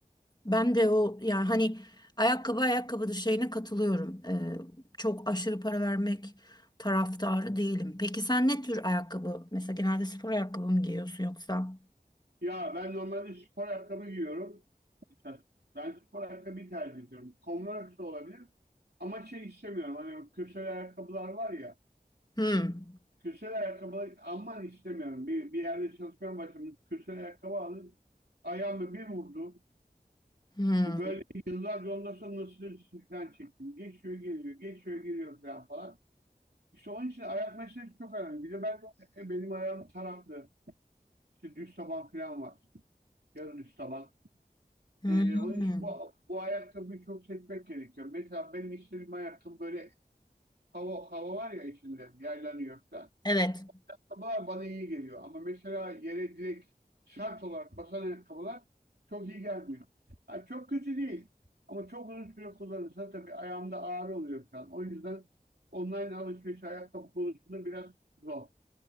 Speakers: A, on the left (about 25°); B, on the right (about 80°).
A: ben de o yani hani ayakkabı ayakkabıdır şeyine katılıyorum çok aşırı para vermek taraftarı değilim. Peki sen ne tür ayakkabı? Mesela genelde spor ayakkabı mı giyiyorsun yoksa?
B: Ya ben normalde spor ayakkabı giyiyorum. Mesela ben spor ayakkabıyı tercih ediyorum. Converse de olabilir. Ama şey istemiyorum. Hani kürsel ayakkabılar var ya.
A: Hmm.
B: Kürsel ayakkabı aman istemiyorum. Bir, bir yerde çalışmaya başladım. Kürsel ayakkabı aldım. Ayağımı bir vurdu.
A: Hmm.
B: Bir böyle yıllarca ondan sonra nasıl falan çektim. Geçiyor geliyor, geçiyor geliyor falan falan. İşte onun için ayak meselesi çok önemli. Bir de ben de e, benim ayağım taraklı. İşte düz taban falan var. Yarı düz taban.
A: Hmm.
B: Ee, onun için bu, bu ayakkabıyı çok seçmek gerekiyor. Mesela benim istediğim ayakkabı böyle hava, hava var ya içinde yaylanıyor falan.
A: Evet.
B: Ayakkabılar bana iyi geliyor ama mesela yere direkt şart olarak basan ayakkabılar çok iyi gelmiyor. Ha, çok kötü değil ama çok uzun süre kullanırsa tabii ayağımda ağrı oluyor falan. O yüzden online alışveriş ayakkabı konusunda biraz zor.